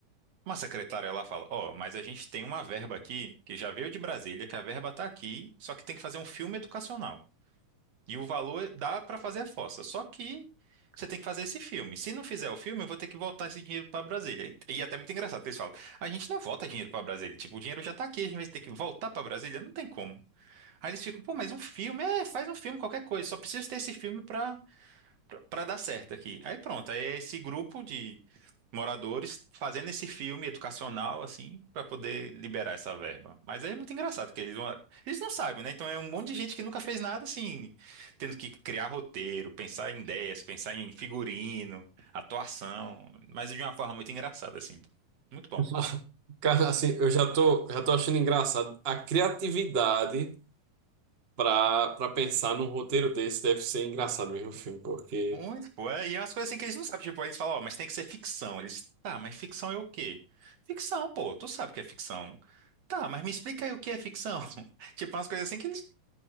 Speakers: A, on the right; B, on the right.
A: uma secretária lá fala, ó, mas a gente tem uma verba aqui que já veio de Brasília, que a verba tá aqui, só que tem que fazer um filme educacional. E o valor dá para fazer a fossa, só que Você tem que fazer esse filme. Se não fizer o filme, eu vou ter que voltar esse dinheiro para Brasília. E é até é muito engraçado, que eles falam: a gente não volta dinheiro para Brasília. Tipo, o dinheiro já tá aqui, a gente vai ter que voltar para Brasília? Não tem como. Aí eles ficam, pô, mas um filme, é, faz um filme, qualquer coisa, só preciso ter esse filme pra, pra, pra dar certo aqui. Aí pronto, aí é esse grupo de moradores fazendo esse filme educacional, assim, pra poder liberar essa verba. Mas aí é muito engraçado, que eles vão, eles não sabem, né? Então é um monte de gente que nunca fez nada, assim, tendo que criar roteiro, pensar em ideias, pensar em figurino, atuação, mas de uma forma muito engraçada, assim. Muito bom.
B: <laughs> Cara, assim, eu já tô, já tô achando engraçado. A criatividade para para pensar num roteiro desse deve ser engraçado mesmo o filme, porque,
A: Muito, pô. É, e é umas coisas assim que eles não sabem. Tipo, aí eles falam, ó, mas tem que ser ficção. Eles, tá, mas ficção é o quê? Ficção, pô, tu sabe o que é ficção. Tá, mas me explica aí o que é ficção. <laughs> Tipo, umas coisas assim que eles.